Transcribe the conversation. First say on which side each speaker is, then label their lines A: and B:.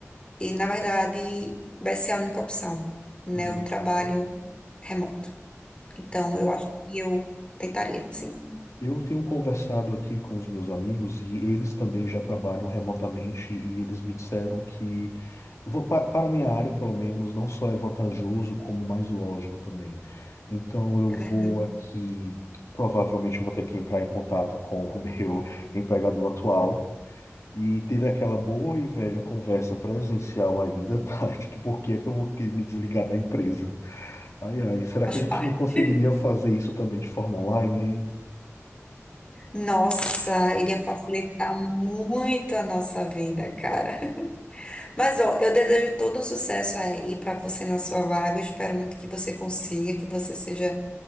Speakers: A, on the left; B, on the left.
A: E, na verdade, vai ser a única opção, né?
B: uhum.
A: O trabalho remoto. Então, eu acho que eu tentaria, sim,
B: Eu tenho conversado aqui com os meus amigos e eles também já trabalham remotamente e eles me disseram que, va- pa- para a minha área, pelo menos, não só é vantajoso, como mais lógico também. Então, eu
A: é
B: vou
A: verdade.
B: aqui, provavelmente, eu vou ter que entrar em contato com o <laughs> meu empregador atual e ter aquela boa e velha conversa presencial ainda, tá? <laughs> De que por que é que eu vou que- me desligar da empresa? Ai, ai, será
A: Faz
B: que a gente
A: parte.
B: não conseguiria fazer isso também de forma online, hein?
A: Nossa, iria facilitar muito a nossa vida, cara. <laughs> Mas, ó, eu desejo todo o sucesso aí pra você na sua vaga. Eu espero muito que você consiga, que você seja